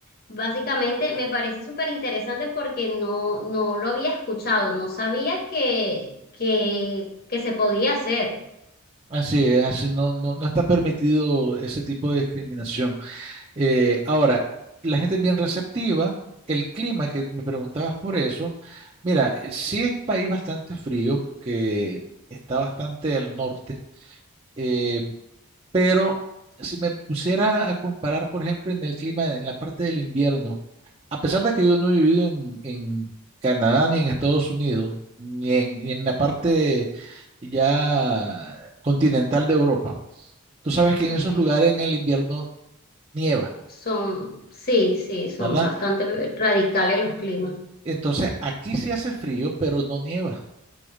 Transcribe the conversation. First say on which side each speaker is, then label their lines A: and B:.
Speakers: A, on the left (about 45°); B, on the right (about 25°).
A: básicamente me parece súper interesante porque no, no lo había escuchado, no sabía que, que, que se podía hacer.
B: Así es, así no, no, no está permitido ese tipo de discriminación. Eh, ahora, la gente es bien receptiva. El clima, que me preguntabas por eso, mira, eh, sí es un país bastante frío porque está bastante al norte, eh, pero si me pusiera a comparar, por ejemplo, en el clima, en la parte del invierno, a pesar de que yo no he vivido en, en Canadá ni en Estados Unidos, ni en, ni en la parte ya continental de Europa, tú sabes que
A: Ok.
B: en esos lugares en el invierno nieva,
A: Son, sí, sí, son
B: ¿verdad?
A: bastante radicales los climas.
B: Entonces, aquí sí hace frío, pero no nieva.